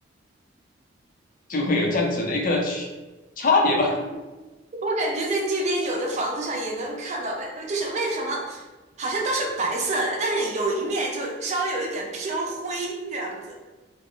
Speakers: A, on the left (about 45°); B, on the right (about 40°).
A: 就会有这样子的一个区差别吧。
B: 我感觉在这边有的房子上也能看到，<laughs> 呃就是为什么好像都是白色的，但是有一面就稍微有一点偏灰这样子。